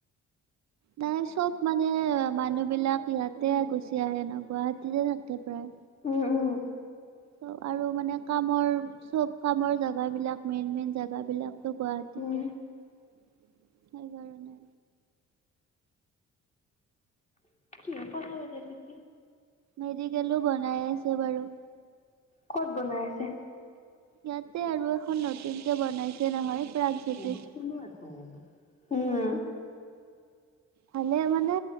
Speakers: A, on the right; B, on the left.
A: নাই চব মানে মানুহ বিলাক ইয়াতে গুচি আহে ন গুৱাহাটীতে থাকে প্ৰায়
B: উম উম
A: চব আৰু মানে কামৰ চব কামৰ জাগা বিলাক মেইন মেইন জাগাবিলাক গুৱাহাটীতে
B: উম।
A: সেইকাৰণে
B: <unintelligible> কিয়পা কথা পাতি আছিল
A: মেডিকেলো বনাই আছে বাৰু
B: ক'ত বনাই আছে
A: ইয়াতে আৰু এখন নতুন কে বনাইছে নহয় প্ৰাগজ্যোতিষ।
B: অ', ত শুনিয়ে আছ উম।
A: ভালে মানে